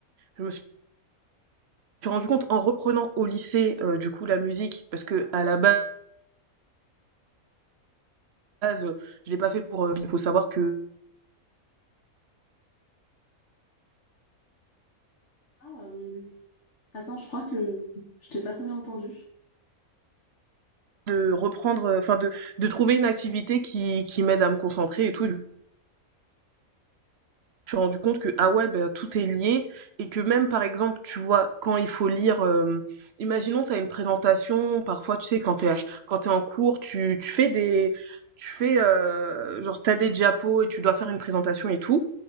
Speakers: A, on the right; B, on the left.
A: je me suis rendu compte en reprenant au lycée, euh, du coup, la musique, parce que à la base, euh, je l'ai pas fait pour. euh, il faut savoir que
B: Ah, euh, Attends, je crois que je t'ai pas très bien entendu.
A: de reprendre, euh, enfin de, de trouver une activité qui, qui m'aide à me concentrer et tout suis rendu compte que, ah ouais, ben, tout est lié et que même, par exemple, tu vois, quand il faut lire, euh, imaginons, tu as une présentation, parfois, tu sais, quand tu es, quand tu en cours, tu, tu fais des, tu fais, euh, genre, t'as des diapos et tu dois faire une présentation et tout.